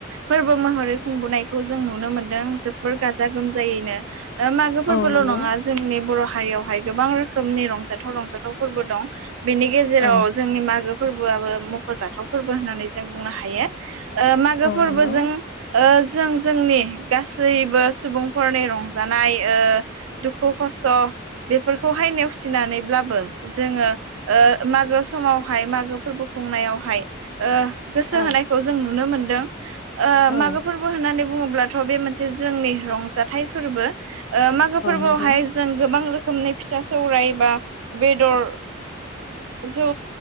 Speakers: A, on the right (about 85°); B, on the left (about 50°).
A: फोरबो महरै खुंबोनायखौ जों नुनो मोनदों जोबोर गाजा - गोमजायैनो ओ मागो फोरबोल'
B: औ नंगौ
A: नङा जोंनि बर' हारियावहाय गोबां रोखोमनि रंजाथाव रंजाथाव फोरबो दं बेनि गेजेराव
B: औ
A: जोंनि मागो फोरबो बोआबो मख'जाथाव फोरबो होननानै जों बुंनो हायो। ओ मागो फोरबोजों
B: नंगौ
A: जों जोंनि गासैबो- सुबुंफोरनि रंजानाय ओ दुखु खस्थ बेफोरखौहाय नेवसिनानैब्लाबो जोङो ओ मागो समावहाय मागो फोरबोखौ खुंनायावहाय गोसो
B: औ
A: होनायखौ जों नुनो मोनदों
B: औ
A: मागो फोरबो होनानै बुङोब्लाथ' बे मोनसे जोंनि रंजाथाइ फोरबो मागो फोरबोआवहाय
B: नंगौ
A: जों गोबां रोखोम रोखोमै फिथा सौराय बा बेदर जौ